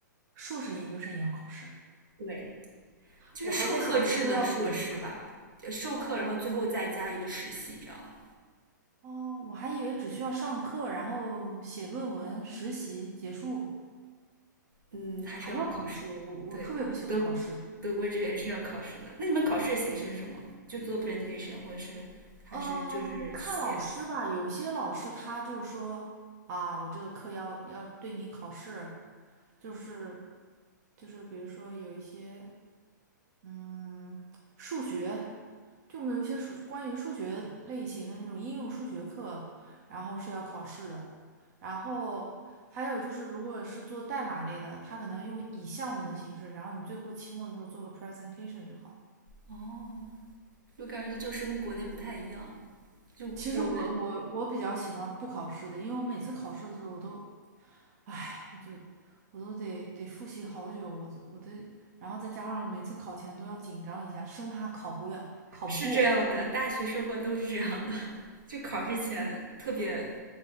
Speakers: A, on the right; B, on the right.
A: 硕士研究生也要考试，
B: 对，就是授课制的硕士吧，
A: 我还在想以后要读呢。
B: 呃授课，
A: 哦，
B: 然后最后再加一个实习这样。
A: 哦，我还以为只需要上课，然后写论文、实习结束，
B: 嗯，还是要考试。
A: 还要考试。我我特别不喜欢考试。
B: 对，德国德国这边是要考试的。那你们考试的形式是什么？就做 presentation，或者是还是就是写？
A: 嗯，看老师吧，有些老师他就说啊，我这个课要要对你考试，就是就是比如说有一些。嗯，数学，就我们有一些数关于数学类型的那种应用数学课，然后是要考试的。然后还有就是，如果是做代码类的，它可能用以项目的形式，然后你最后期末的时候做个 presentation 就好。
B: 哦，我感觉这就是跟国内不太一样。就我们
A: 其实我我我比较喜欢不考试的，因为我每次考试的时候，我都，唉，我就我都得得复习好久，我都我都然后再加上每次考前都要紧张一下，生怕考不了，考不过。
B: 是这样的，大学生活都是这样的。<laughs> 就考试前特别